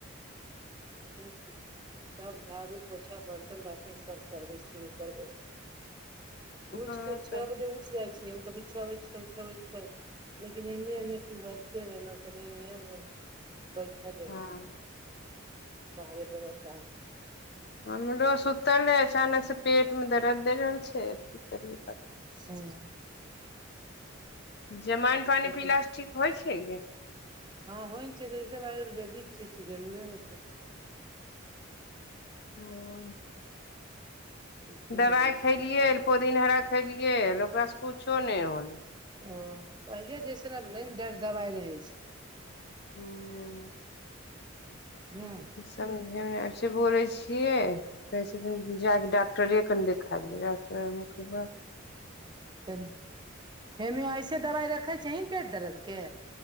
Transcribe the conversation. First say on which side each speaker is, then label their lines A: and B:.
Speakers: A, on the right (about 20°); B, on the left (about 50°).
A: एते छी तब झाड़ू पोछा बर्तन बासन सब करबै शुरू करबै। उठ
B: हँ
A: के छ
B: तऽ
A: बजे उठ जाइ छिऐ कभी <unintelligible> छ बजे पहिले लेकिन एने एने टुहलते रहलहु तनी एनेने बैठइ देमश
B: हँ
A: बाहरे बरन्दा मे।
B: हमरो सुतल हइ अचानक सँ पेट मे दरद दै रहल छै आब की करियै पता।
A: हूँ
B: जमाइन पानि
A: तो तो
B: पीलासँ ठीक होइ छै गई
A: हँ होइ ने छै तऽ ई सब आयुर्वेदिक चीज छै जरुरे होतै
B: नोन <unintelligible>
A: ठीके
B: दवाइ
A: रहै
B: खलियै पुदिन हरा खलियै ओकरा सँ कुछो नै होलै।
A: ओ पहिले जैइसन अब नै दर दवाई रहि छै।
B: हू
A: ने
B: समझेमे नहि आब छै बोलै छियै कहै छथिन जााक डॉाक्टरे क ने देखाय लियै डॉाक्टर कहब
A: चल हेमेिआइ ऐसे दबाइ रखै छहींन पेट दरदके